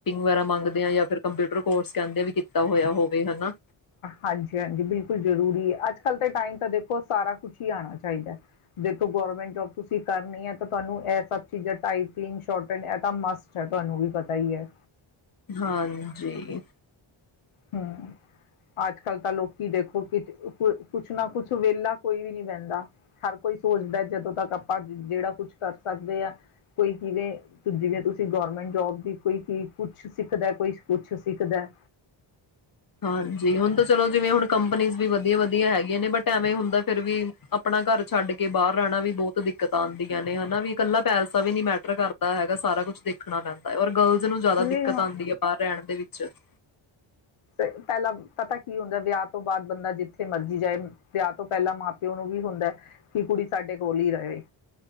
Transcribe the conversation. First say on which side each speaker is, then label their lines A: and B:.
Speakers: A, on the left; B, on the left.
A: ਗੈਰਾ ਮੰਗਦੇ ਆਾਂ ਜਾਂ ਫਿਰ ਕੰਪਿਊਟਰ ਕੋਰਸ ਕਹਿੰਦੇ ਵੀ ਕੀਤਾ ਹੋਇਆ ਹੋਵੇ ਹਨਾ।
B: ਹਾਂਜੀ, ਹਾਂਜੀ। ਬਿਲਕੁਲ ਜਰੂਰੀ ਹੈ। ਅੱਜ ਕੱਲ ਦੇ ਟਾਈਮ ਤਾਂ ਦੇਖੋ ਸਾਰਾ ਕੁਛ ਹੀ ਆਉਣਾ ਚਾਹੀਦਾ। ਦੇਖੋ ਗਵਰਮੈਂਟ ਜੋਬ ਤੁਸੀਂ ਕਰਨੀ ਹੈ। ਤਾਂ ਤੁਹਾਨੂੰ ਇਹ ਸਭ ਚੀਜ਼ਾਂ ਟਾਈਪਿੰਗੋਰਟਟ ਇਹ ਤਾਂ ਮਸਟ ਹੈ। ਤੁਹਾਨੂੰ ਵੀ ਪਤਾ ਹੀ ਹੈ।
A: ਹਾਂਜੀ।
B: ਹਮ, ਅੱਜ ਕੱਲ ਤਾਂ ਲੋਕੀ ਦੇਖੋ ਕਿ, ਕੁ ਕੁਛ ਨਾ ਕੁਛ। ਵਿਹਲਾ ਕੋਈ ਵੀ ਨੀ ਬਹਿੰਦਾ। ਹਰ ਕੋਈ ਸੋਚਦਾ, ਜਦੋਂ ਤੱਕ ਆਪਾਂ ਜਿਹੜਾ ਕੁਛ ਕਰ ਸਕਦੇ ਹਾਂ। ਕੋਈ ਕਿਵੇਂ, ਜਿਵੇਂ ਤੁਸੀਂ ਗੌਰਮੈਂਟ ਜੋਬ ਦੀ। ਕੋਈ ਕੀ, ਕੁਛ ਸਿੱਖਦਾ। ਕੋਈ ਕੁਛ ਸਿੱਖਦਾ
A: ਹਾਂਜੀ, ਹੁਣ ਤਾਂ ਚਲੋ, ਜਿਵੇਂ ਹੁਣ ਕੰਪਨੀ ਵੀ ਵਧੀਆ-ਵਧੀਆ ਹੈਗੀਆਂ ਨੇ, ਬਟ ਐਵੇਂ ਹੁੰਦਾ, ਫਿਰ ਵੀ, ਆਪਣਾ ਘਰ ਛੱਡ ਕੇ ਬਾਹਰ ਰਹਿਣਾ, ਵੀ ਬਹੁਤ ਦਿੱਕਤਾਂ ਆਉਂਦੀਆਂ ਨੇ। ਹਨਾ, ਵੀ ਇਕੱਲਾ ਪੈਸ ਦਾ ਵੀ ਨੀ ਮੈਟਰ ਕਰਦਾ, ਹੈਗਾ ਸਾਰਾ ਕੁੱਛ ਦੇਖਣਾ ਪੈਂਦਾ ਹੈ, ਔਰ ਬ ਨੂੰ ਜ਼ਿਆਦਾ
B: ਨਹੀਂ
A: ਦਿੱਕਤ
B: ਹਾਂ
A: ਆਂਦੀ ਹੈ, ਬਾਹਰ ਰਹਿਣ ਦੇ ਵਿੱਚ ਅੱਛਾ
B: ਪਹਿਲਾਂ ਪਤਾ ਕੀ ਹੁੰਦਾ, ਵਿਆਹ ਤੋਂ ਬਾਅਦ ਬੰਦਾ ਜਿੱਥੇ ਮਰਜ਼ੀ ਜਾਏ। ਵਿਆਹ ਤੋਂ ਪਹਿਲਾਂ ਮਾਂ ਪਿਓ ਨੂੰ ਵੀ ਹੁੰਦਾ ਕਿ ਕੁੜੀ ਸਾਡੇ ਕੋਲ ਹੀ ਰਹੇ।